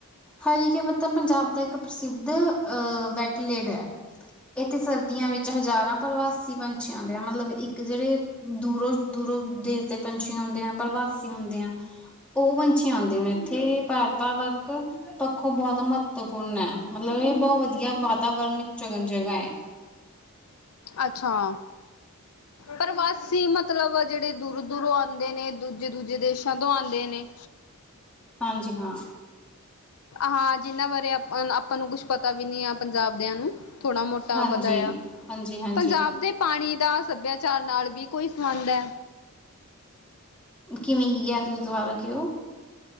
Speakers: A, in the centre; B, on the left (about 80°).
A: ਹਰੀਕੇ ਪੱਤਣ ਪੰਜਾਬ ਦਾ ਇੱਕ ਪ੍ਰਸਿੱਧ ਅਹ ਵੈਟਲੇਡ ਹੈ। ਇੱਥੇ ਸਰਦੀਆਂ ਵਿੱਚ ਹਜ਼ਾਰਾਂ ਪ੍ਰਵਾਸੀ ਪੰਛੀਆਂ ਆਉਂਦੇ ਮਤਲਬ ਇੱਕ ਜਿਹੜੇ ਦੂਰੋਂ-ਦੂਰੋਂ ਦੇਸ਼ ਦੇ ਪੰਛੀ ਆਉਂਦੇ ਆ ਪ੍ਰਵਾਸੀ ਹੁੰਦੇ ਆ ਉਹ ਪੰਛ ਛੀ ਆਉਂਦੇ ਨੇ ਇੱਥੇ <unintelligible> ਵਰਕ। ਪੱਖੋਂ ਬਹੁਤ ਮਹੱਤਵਪੂਰਨ ਹੈ ਮਤਲਬ ਇਹ ਬਹੁਤ ਵਧੀਆ ਵਾਤਾਵਰਨ ਇੱਕ <unintelligible> ਜਗ੍ਹਾ ਹੈ।
B: ਅੱਛਾ। ਪ੍ਰਵਾਸੀ ਮਤਲਬ ਜਿਹੜੇ ਦੂਰੋਂ-ਦੂਰੋਂ ਆਦੇ ਨੇ ਦੂਜੇ-ਦੂਜੇ ਦੇਸ਼ਾਂ ਤੋਂ ਆਦੇ ਨੇ।
A: ਹਾਂਜੀ ਹਾਂ।
B: ਹਾਂ ਜਿੰਨਾਂ ਬਾਰੇ ਆਪ ਆਪਾਂ ਨੂੰ ਕੁਛ ਪਤਾ ਵੀ ਨੀ ਆ ਪੰਜਾਬ ਦਿਆਂ ਨੂੰ। ਥੋੜ੍ਹਾ ਮੋਟਾ
A: ਹਾਂਜੀ
B: ਪਤਾ ਆ
A: ਹਾਂਜੀ ਹਾਂਜੀ
B: ਪੰਜਾਬ ਦੇ ਪਾਣੀ ਦਾ ਸੱਭਿਆਚਾਰ ਨਾਲ ਵੀ ਕੋਈ ਸੰਬੰਧ ਹੈ।
A: ਕਿਵੇਂ ਕਿਆ ਤੁਸੀਂ ਦੁਬਾਰਾ ਕਿਹੋ।